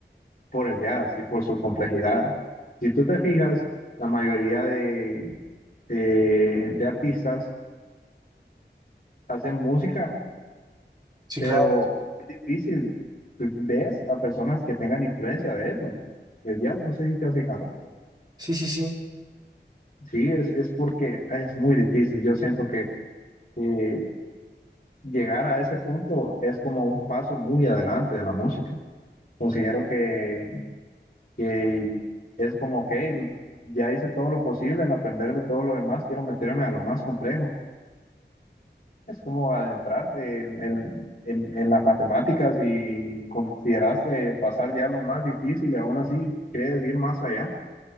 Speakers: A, on the left (about 50°); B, on the right (about 20°).
A: por el jazz y por su complejidad. Si tú te fijas, la mayoría de, de, de artistas hacen música,
B: sí,
A: pero
B: claro.
A: es difícil. pues, Ves a personas que tengan influencia de eso, del jazz, no sé si te has fijado.
B: Sí, sí, sí.
A: Sí, es, es porque es muy difícil. Yo siento que eh, llegar a ese punto es como un paso muy adelante de la música. Considero que, que es como, ok, ya hice todo lo posible en aprender de todo lo demás, quiero meterme a lo más complejo. Es como adentrarte en, en, en- en las matemáticas y consideraste pasar ya lo más difícil y aún así quieres ir más allá.